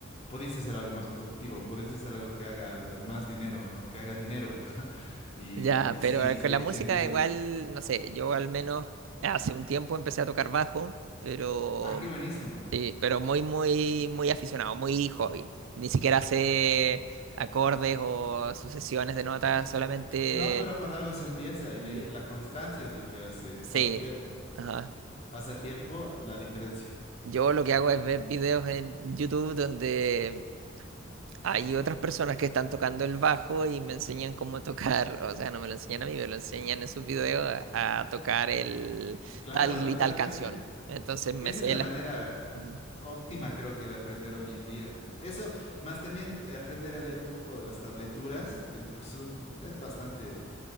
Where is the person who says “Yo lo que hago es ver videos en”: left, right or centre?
Right